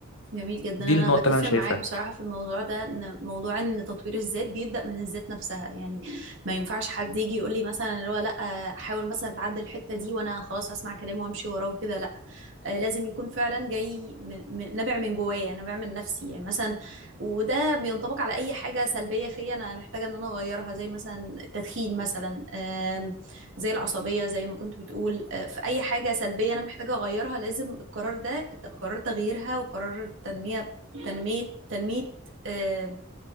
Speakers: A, on the right; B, on the left.
A: جميل جدا
B: دي
A: انا
B: النقطة
A: بتفق
B: اللي أنا شايفها
A: معاك بصراحه في الموضوع ده ان موضوع ان تطوير الذات بيبدا من الذات نفسها يعني ما ينفعش حد يجي يقول لي مثلا اللي هو لا حاول مثلا تعدل الحته دي وانا خلاص اسمع كلامه وامشي وراه وكده لا آه، لازم يكون فعلا جاي من من- نابع من جوايا نابع من نفسي يعني مثلا وده بينطبق على اي حاجه سلبيه فيا انا محتاجه ان انا اغيرها زي مثلا التدخين مثلا آم، زي العصبيه زي ما كنت بتقول آه، في اي حاجه سلبيه انا محتاجه اغيرها لازم القرار ده قرار تغييرها وقرار تنميه تنميه تنميه آه،